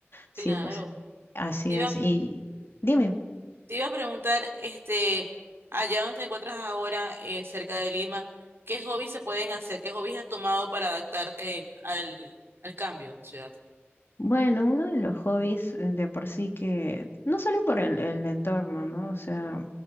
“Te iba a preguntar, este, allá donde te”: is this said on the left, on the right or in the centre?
Right